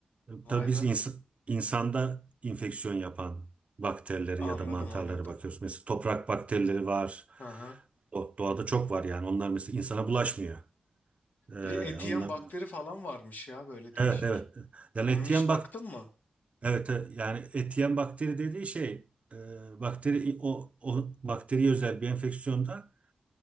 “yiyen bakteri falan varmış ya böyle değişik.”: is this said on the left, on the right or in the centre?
Left